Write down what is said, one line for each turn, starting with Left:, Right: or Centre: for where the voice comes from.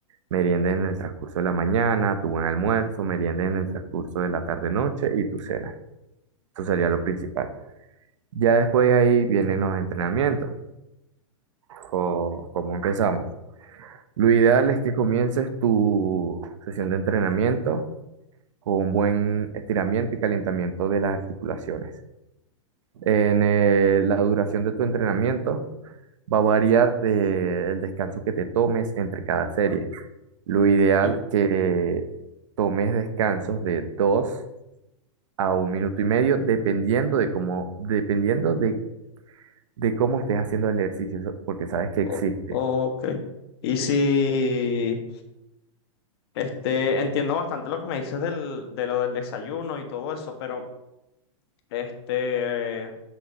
Right: merienda en el transcurso de la mañana, tu buen almuerzo, merienda en el transcurso de la tarde-noche y tu cena. Eso sería lo principal. Ya después de ahí vienen los entrenamientos. O, ¿cómo empezamos? Lo ideal es que comiences tu sesión de entrenamiento con un buen estiramiento y calentamiento de las articulaciones. En eh, la duración de tu entrenamiento va a variar de- el descanso que te tomes entre cada serie. Lo ideal
Left: sí.
Right: que tomes descansos de 2 a un minuto y medio, dependiendo de cómo, dependiendo de, de cómo estés haciendo el ejercicio, so- porque sabes que
Left: O-
Right: existe.
Left: ok. Y si, este, entiendo bastante lo que me dices del, de lo del desayuno y todo eso, pero, este,